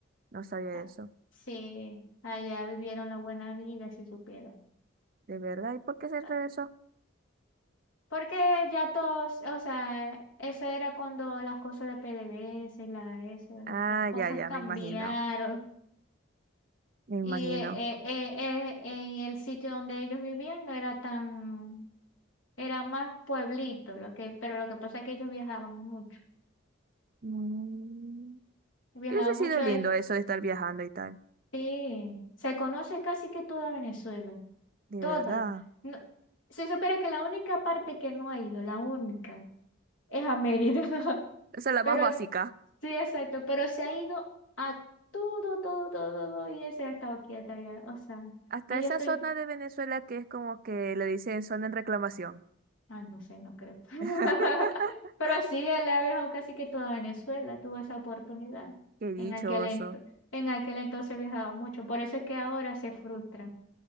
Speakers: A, on the right; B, on the left.
A: No sabía
B: Ah,
A: eso.
B: sí, allá vivieron la buena vida, si supiera.
A: ¿De verdad? ¿Y por qué se
B: Ah,
A: regresó?
B: Porque ya todos, o sea, eso era cuando las cosas de PDVSA y la, eso,
A: Ah,
B: las cosas
A: ya, ya,
B: cambiaron
A: me imagino. Me imagino.
B: y eh, eh, eh, eh, y el sitio donde ellos vivían no era tan, era más pueblito, lo que, pero lo que pasa es que ellos viajaban mucho.
A: Mm,
B: viajaban
A: Y Hubiese sido
B: mucho,
A: lindo eso de estar viajando y tal.
B: Sí, se conoce casi que toda Venezuela,
A: De
B: toda.
A: verdad.
B: No- se supone que la única parte que no ha ido, la única, es a Mérida. <laughs>
A: Esa es la
B: Pero
A: más básica.
B: sí, exacto, pero se ha ido a todo, todo, todo, todo, y ese ha estado aquí hasta allá. O sea,
A: Hasta
B: ella
A: esa
B: estoy,
A: zona de Venezuela que es como que le dicen zona en reclamación.
B: ah, no sé, no creo. <laughs>
A: <laughs>
B: Pero sí, él ha viajado casi que toda Venezuela, tuvo esa oportunidad.
A: Qué dichoso.
B: En aquel ento- en aquel entonces viajaba mucho, por eso es que ahora se frustra.